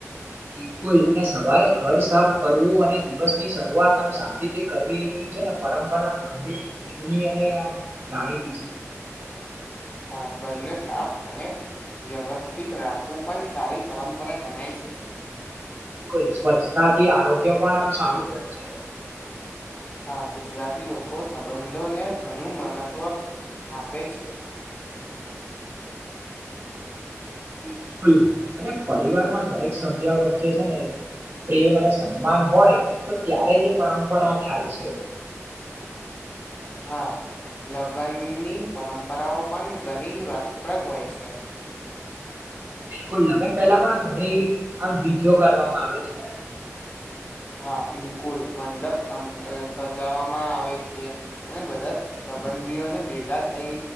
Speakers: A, on the right; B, on the left.
A: બિલકુલ અને સવારે ઘર સાફ કરવું અને દિવસની શરૂઆત આમ શાંતિથી કરવીની છે ને પરંપરા ઘણી જૂની અને આમ જાણીતી છે
B: હા ઘરને સાફ અને વ્યવસ્થિત રાખવું પણ સારી પરંપરા ગણાય છે
A: બિલકુલ સ્વચ્છતાથી આરોગ્ય પણ આમ સારું રહે છે
B: હા ગુજરાતી લોકો સંબંધોને ઘણું મહત્વ આપે છે
A: બિલકુલ અને પરિવારમાં દરેક સભ્ય વચ્ચે છે ને પ્રેમ અને સન્માન હોય તો ત્યારે જ એ પરંપરા થાય છે
B: હા લગ્નની પરંપરાઓ પણ ઘણી જ રાષ્ટપ્રદ હોય છે
A: બિલકુલ લગ્ન પહેલા પણ ઘણી આમ વિધિઓ કરવામાં આવે છે ને
B: હા બિલકુલ મંડપ સમ અ સજાવામાં આવે છે અને બધાં સબં ધીઓને ભેગા થઈ